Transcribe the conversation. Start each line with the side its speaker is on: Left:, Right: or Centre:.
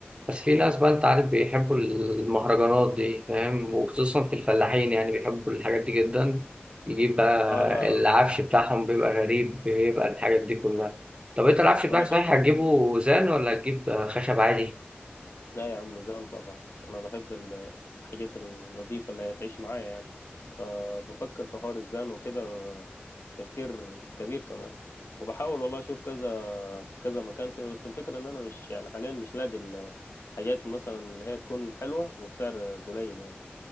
Right: بس في ناس بقى انت عارف بيحبوا المهرجانات دي فاهم وخصوصا في الفلاحين يعني بيحبوا الحاجات دي جدا يجيب بقى
Left: اه لا لا
Right: العفش
Left: ما,
Right: بتاعهم بيبقى غريب بيبقى الحاجات دي كلها طب انت العفش بتاعك
Left: ما انا شفت
Right: صحيح هتجيبه
Left: كده
Right: زان ولا هتجيب خشب عادي؟
Left: لا يا عم زين طبعا انا بحب ال- الحاجات النظيفة اللي هتعيش معايا يعني فبفكر في حوار الزان وكده تفكير كبير كمان وبحاول والله اشوف كذا كذا مكان كده بس الفكره ان انا مش يعني حاليا مش لاقي الحاجات مثلا اللي هي تكون حلوه وبسعر قليل يعني